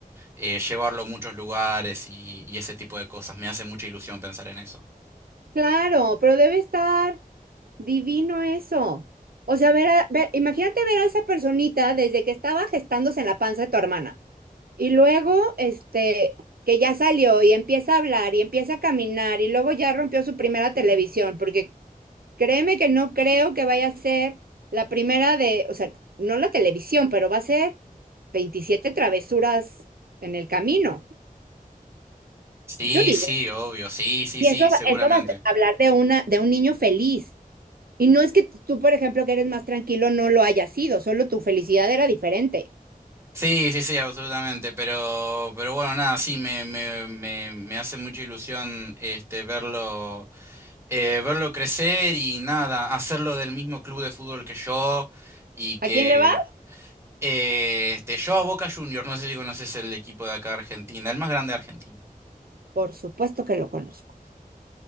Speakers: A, on the right; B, on the right.
A: eh, llevarlo a muchos lugares y, y ese tipo de cosas, me hace mucha ilusión pensar en eso.
B: Claro, pero debe estar divino eso. O sea, ver, a- ver, imagínate ver a esa personita desde que estaba gestándose en la panza de tu hermana. Y luego, este, que ya salió y empieza a hablar y empieza a caminar y luego ya rompió su primera televisión, porque créeme que no creo que vaya a ser la primera de, o sea, no la televisión, pero va a ser 27 travesuras en el camino,
A: Sí,
B: yo digo.
A: sí, obvio, sí, sí,
B: Y
A: sí,
B: eso,
A: seguramente.
B: va- eso va a hablar de, una, de un niño feliz. Y no es que t- tú, por ejemplo, que eres más tranquilo, no lo hayas sido, solo tu felicidad era diferente.
A: Sí, sí, sí, absolutamente. Pero, pero bueno, nada, sí, me, me, me, me hace mucha ilusión este verlo, eh, verlo crecer y nada, hacerlo del mismo club de fútbol que yo y que
B: ¿A quién le va?
A: eh, este, yo a Boca Juniors, no sé si conoces el equipo de acá de Argentina, el más grande de Argentina.
B: Por supuesto que lo conozco.